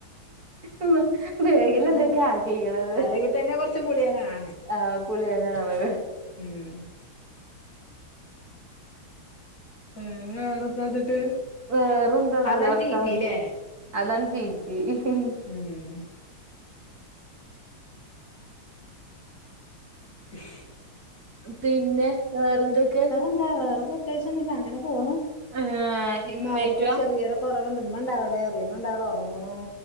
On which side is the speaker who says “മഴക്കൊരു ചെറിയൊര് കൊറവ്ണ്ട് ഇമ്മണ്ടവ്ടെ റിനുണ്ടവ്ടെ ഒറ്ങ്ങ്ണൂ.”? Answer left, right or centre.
Left